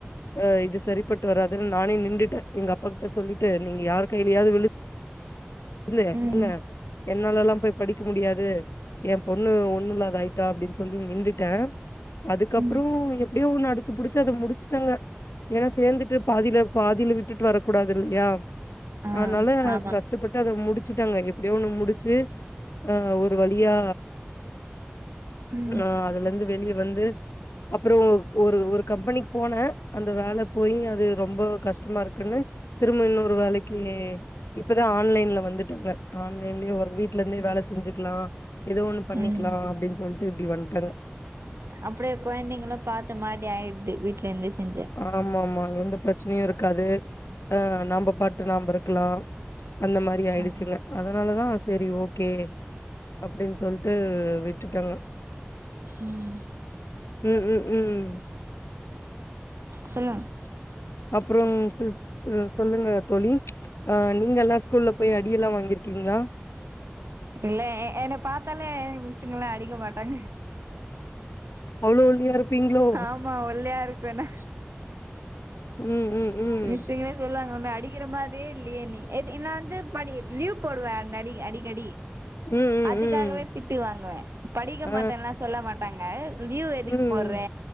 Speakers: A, on the left; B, on the right.
A: ஆ இது சரிப்பட்டு வராதுன்னு நானே நின்டுட்டே எங்க அப்பாக்கிட்ட சொல்லிட் ட்டு நீங்க யாருக் கையிலாது விழுந் ந்து
B: ம்
A: என்னாலல்லா போய் படிக்க முடியாது ஏ பொண்ணு ஒன்ன இல்லாத ஆயி ட்டா அப்டின்னு சொல்லி நின்டுட்டே அதுக்கப்பறோ
B: ம்
A: எப்டியோ ஒன்னு அடிச்சிபுடிச்சி அத முடிச்சுட்டங்க ஏனா சேந்துட்டு பாதில பாதில விட்டுட்டு வரக்கூடாது இல்லயா
B: ஆ
A: அதனால
B: ஆமா
A: கஷ் ட்டு அத முடிச்சுட்டங்க எப்டியோ ஒன்னு ஆ ஒரு வழியா
B: ம்
A: ஆ அதுலேருந்து வெளியே வந்து அப்றோ ஒரு ஒரு கம்பெனிக்கு போன அந்த வேல போயி அது ரொம்ப கஷ்டமா இருக்குன்னு திரும்ப இன்னொரு வேலைக்கி இப்பதா ஆ லைன்ல வந்துட்டங்க ஆன்லைன்லே ஒரு வீட்ல இருந்தே வேல செஞ்சுக்கலா ஏதோ ஒன்னு பண்ணிக்கலா
B: ம்
A: அப்டின்னு சொல்ட்டு இப்டி வந்ட்டங்க
B: அப்டியே கொழந்தைங்களு பாத்த மாரி ஆயிடுது வீட்லேருந்து செஞ்சா
A: ஆமா ஆமா எந்த பிரச்சனையு இருக்காது ஆ நம்ப பாட்டு நாம்ப இருக்கலா அந்த மாரி ஆயிடுச்சுங்க
B: ஆ
A: அதனால தா செரி ஓகே அப்டின்னு சொல்ட்டு விட்டுட்டாங்க
B: ம்
A: ம் ம் ம்
B: சொல்லுங்க
A: அப்றோ சிஸ் சொல்லுங்க தோழி ஆ நீங்கல்லா ஸ்கூல்ல போயி அடியல்லா வாங்கிருக்கீங்ளா
B: இல்லே எ என்ன பாத்தாலே மிஸ்ங்கலா அடிக்க மாட்டாங்க
A: அவ்ளோ ஒல்லியா இருப்பீங்ளோ
B: ஆமா ஒல்லியா இருப்பேனா
A: ம் ம் ம்
B: மிஸ்ஸுங்களே சொல்லுவாங்க ஒன்னு அடிக்கிற மாறியே இல்லையே நீ நா வந்து லீவ் போடுவே அடி அடிக்கடி
A: ம் ம்
B: அதுக்காகவே
A: ம்
B: திட்டு வாங்குவே படிக்க
A: ஆ
B: மாட்டேன்ல்லா சொல்ல மாட்டாங்க லீவ் எதுக்கு
A: ம்
B: போட்ற